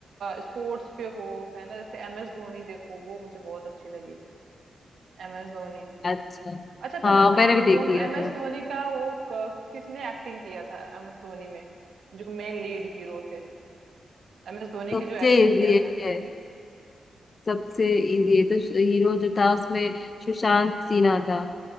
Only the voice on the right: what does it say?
स्पोर्ट्स पे हो है ना जैसे एम एस धोनी देखो वो मुझे बहुत अच्छी लगी M S Dhoni
अच्छा
तो बता
दो
तुम
एम
एस धोनी का वो क- किसने एक्टिंग किया था एम एस धोनी में जो मेन लीड हीरो थे एम एस धोनी
की जो एक्टिंग
किया था